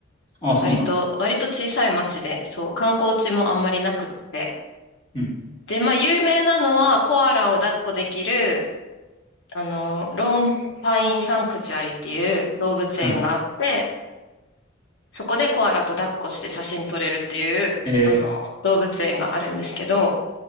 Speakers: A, on the left; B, on the left.
A: ああ、そうなんですか。
B: 割と、割と小さい町で、そう、観光地もあんまりなくって。
A: うん。
B: で、まあ有名なのはコアラを抱っこできる、あの、ローンパインサンクチュアリっていう動物園があって、
A: はい。
B: そこでコアラと抱っこして写真撮れるっていう、
A: え
B: あの、動物園があるんですけど、